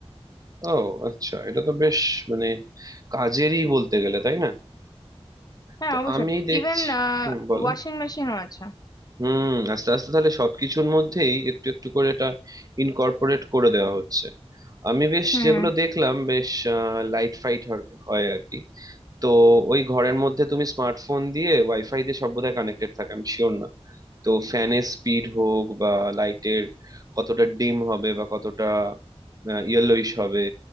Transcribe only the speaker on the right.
ও আচ্ছা এটা তো বেশ মানে কাজেরই বলতে গেলে তাই না
তো
আমি দেখছি
হুম বলো
হুম আস্তে আস্তে তাহলে সবকিছুর মধ্যেই একটু একটু করে এটা ইনকর্পোরেট করে দেওয়া হচ্ছে আমি বেশ
যেগুলো দেখলাম বেশ লাইট ফাইট হয় আর কি তো ওই ঘরের মধ্যে তুমি স্মার্টফোন দিয়ে ওয়াইফাই দিয়ে সব বোধহয় কানেক্টেড থাকে আমি শিওর না তো ফ্যানের স্পিড হোক বা লাইটের কতটা ডিম হবে বা কতটা ইয়েলোইশ হবে